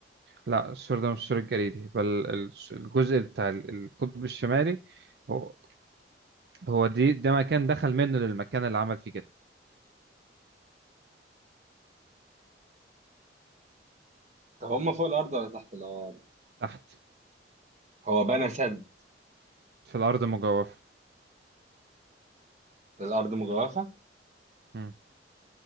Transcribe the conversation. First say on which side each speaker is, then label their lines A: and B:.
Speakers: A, on the right (about 60°); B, on the right (about 40°).
A: لا السور ده مش السور الجليدي بل ال- الجزء بتاع ال- القطب الشمالي هو هو دي ده مكان دخل منه للمكان اللي عمل فيه كده
B: طب هما فوق الأرض ولا تحت الأرض؟
A: تحت.
B: هو بنى سد
A: في الأرض مجوفة
B: في الأرض مجوفة؟
A: مم.